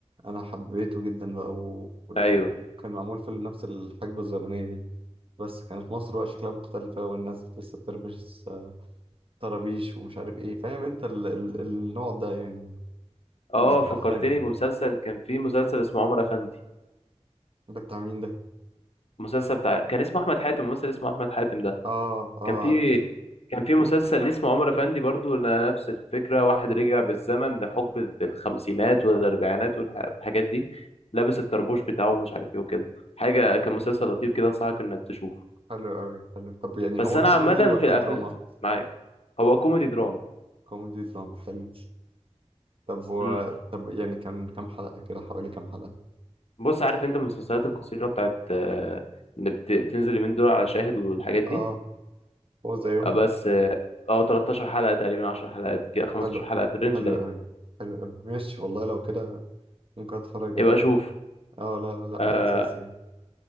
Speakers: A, on the right; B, on the left.
A: انا حبيته جدا بقى و... و-
B: ايوه
A: وكان معمول في نفس الحقبة الزمنية دي بس كانت مصر بقى شكلها مختلفة والناس لسه بتلبس آه، طرابيش ومش عارف ايه فاهم انت ال... ال... النوع ده يعني
B: اه
A: من الافلام
B: فكرتني
A: يعني
B: بمسلسل كان فيه مسلسل اسمه عمر افندي
A: ده بتاع مين ده
B: المسلسل بتاع كان اسمه احمد حاتم الممثل اسمه احمد حاتم ده
A: اه اه
B: كان فيه
A: عرفت
B: كان في مسلسل ليه اسمه عمر افندي برضو ن- نفس الفكره واحد رجع بالزمن لحقبه الخمسينات والاربعينات والح- والحاجات دي لابس الطربوش بتاعه ومش عارف ايه وكده حاجه كان مسلسل لطيف كده انصحك انك تشوفه
A: حلو قوي حلو طب يعني
B: بس
A: هو
B: انا
A: كوميدي
B: عامه
A: ولا
B: في الافلام
A: دراما
B: معاك هو كوميدي دراما
A: كوميدي دراما حلو طب و...
B: امم
A: طب يعني كان كام حلقة كده حوالي كام حلقة
B: بص عارف انت المسلسلات القصيره بتاعت آه، اللي بت- بتنزل اليومين دول على شاهد والحاجات دي
A: اه هو زيهم
B: آه، بس اه آه، 13 حلقه تقريبا 10 حلقات كده 15
A: حلو
B: حلقه في الرينج
A: حلو
B: ده يعني.
A: قوي حلو قوي ماشي والله لو كده ممكن اتفرج
B: يبقى
A: عليه
B: شوف
A: اه لا لا لا
B: آه
A: ده اساسي يعني.